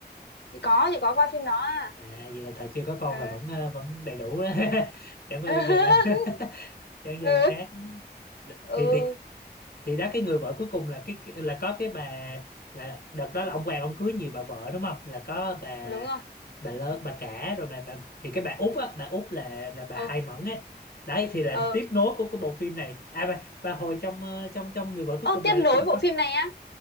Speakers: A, on the left; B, on the left.
A: chị có chị có coi phim đó à
B: à vậy là thời chưa có con
A: ừ
B: là vẫn ờ, vẫn đầy đủ đó <laughs> chẳng qua
A: <laughs>
B: bây giờ là <laughs> chẳng giờ
A: ừ
B: là khác
A: ừ
B: thì thì thì đó cái người vợ cuối cùng là cái là có cái bà là đợt đó là ông Hoàng ông cưới nhiều bà vợ đúng không là có bà
A: đúng rồi
B: bà lơ bà cả rồi bà, bà thì cái bà út á bà út là là bà
A: ừ
B: hai mẫn á đấy thì là
A: ừ
B: tiếp nối của cái bộ phim này à và, và hồi trong ờ, trong trong người vợ cuối
A: ô
B: cùng
A: tiếp
B: là
A: nối
B: cũng
A: bộ
B: có
A: phim này á